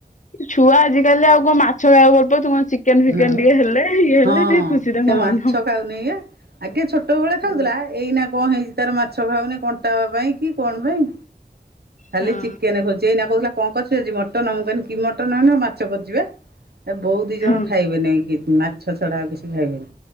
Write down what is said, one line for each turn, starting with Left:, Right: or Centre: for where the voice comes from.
Left: ଛୁଆ ଆଜିକାଲି ଆଉ କଣ ମାଛ ଖାଇବାକୁ ଭଲପାଉଛନ୍ତି ଚି ଚିକେନ ଫିକେନ
Right: ନା ବା
Left: ଟିକେ ହେଲେ ଇଏ ହେଲେ
Right: ହଁ
Left: ଟିକେ ଖୁସି ତାଙ୍କ
Right: ସେ
Left: ମନ।
Right: ମାଛ ଖାଉନି ବା ଆଗେ ଛୋଟ ବେଳେ
Left: ହୁଁ।
Right: ଖାଉଥିଲା ଏଇନା କଣ ହେଇଛି ତାର ମାଛ ଖାଉନି କଣ୍ଟା ପାଇଁ କି କଣ ପାଇଁ ଖାଲି
Left: ହଁ
Right: ଚିକେନ ଖୋଜୁଚି ଏଇନା କହୁଥିଲା କଣ କରିଚୁ ଆଜି ମଟନ୍ ମୁଁ କହିନି କି ମଟନ ମାଛ କରିଛି ପା। ଏ ବୋଉ ଦି ଜଣ
Left: ହଁ
Right: ଖାଇବେନି କି ମାଛ ଛଡା ଆଉ କିଛି ଖାଇବେନି।